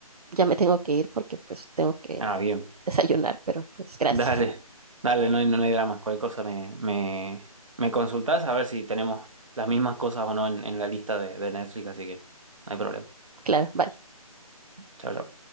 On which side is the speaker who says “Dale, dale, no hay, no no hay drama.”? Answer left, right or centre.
Right